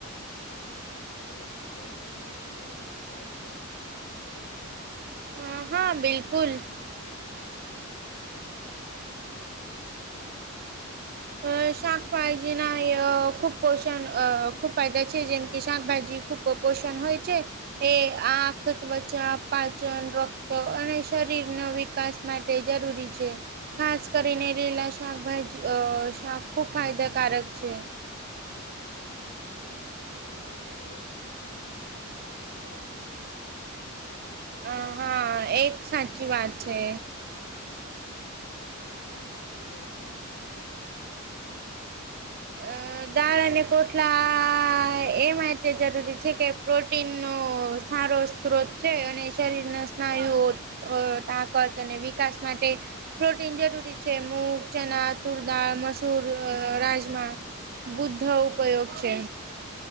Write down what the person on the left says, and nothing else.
હા રોજ એક એક દો ફલ ખાવું જ જોઈએ.
હા શાકભાજી ના શું ફાયદા?
હા હંમેશા કહે કે શાક ખાવું જરૂરી છે.
હ, દાળ અને કોટલા શું માટે જરૂરી?